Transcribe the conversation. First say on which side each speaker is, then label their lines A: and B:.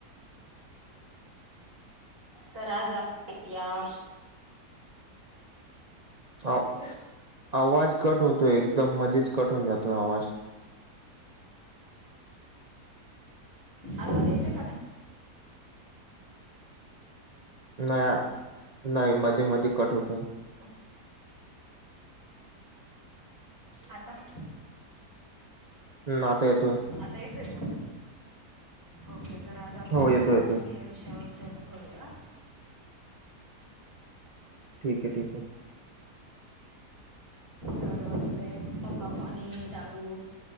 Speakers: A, on the right; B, on the right.
A: तर आज आप या विष
B: हो आवाज कट होतोय एकदम मध्येच कट होऊन जातोय आवाज.
A: आवाज येतोय का नाही?
B: ना नाही मध्येमध्ये कट होतोय.
A: ओ. आता.
B: हम आता येतोय.
A: आता येतोय का? ओके तर आज आपण
B: हो
A: व्यसनमुक्ती
B: येतोय येतोय.
A: या विषयावर चर्चा करूयात.
B: ठीके ठीके.
A: तर म्हणजे तंबाखू आणि आणि दारू